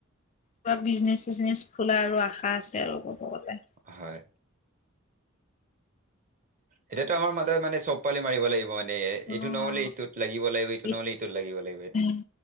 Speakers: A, on the left; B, on the right.
A: কিবা বিজনেচ-চিজনেছ খোলা আৰু আশা আছে আৰু ক'ব গ'লে।
B: হয়। এতিয়াতো আমাৰ মাতে মানে চব পালি মাৰিব লাগিব মানে,
A: অ',
B: এইটো নহ'লে এইটোত লাগিব, লাগিব ইটো
A: <inaudible>
B: নহ'লে ইটোত লাগিব লাগিব
A: উম,